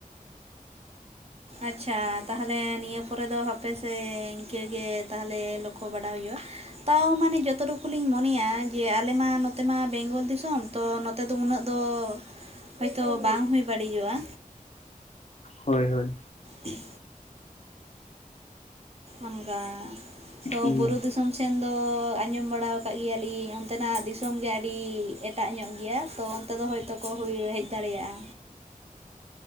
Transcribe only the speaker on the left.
ᱦᱳᱭ ᱦᱳᱭ
ᱦᱳᱭ